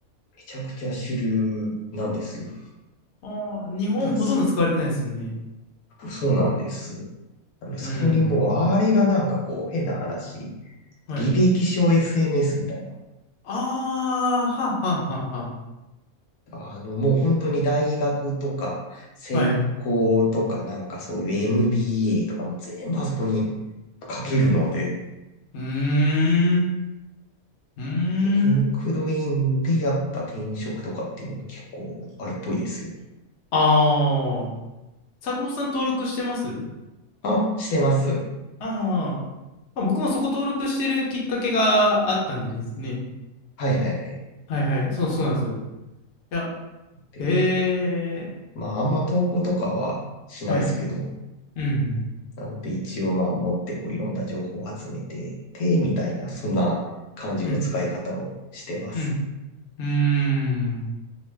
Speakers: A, on the left (about 85°); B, on the left (about 60°).
A: めちゃくちゃ主流なんですよ。
B: ああ、日本ほとんど使われてないですもんね。
A: だ、そ、そうなんです。あの、
B: うん。
A: そこにもうあれがなんかこう変な話、
B: はい。
A: 履歴書 SNS みたいな。
B: ああ、はあはあはあは
A: あのもう本当に大学とか専攻とかなんかそういう
B: あ。はい。
A: MBA とかも全部あそこに
B: うん。
A: 書けるので、
B: うん。うーん。うーん。
A: リンクドインでやっぱ転職とかっていうのも結構あるっぽいですよ。
B: ああ。坂本さん登録してます
A: あ、してます。
B: ああ。まあ、僕もそこ登録してるきっかけがあったんでですね。
A: はいはいはい。
B: はいはい。そう、そうなんですよ。いや、
A: で、
B: ええ
A: まああんま投稿とかはしないですけど、
B: はい。うん、うん、
A: なので一応まあ持ってこういろんな情報を集めて、手みたいなそんな感じの使い方をしてます。
B: うん、うん。うーん。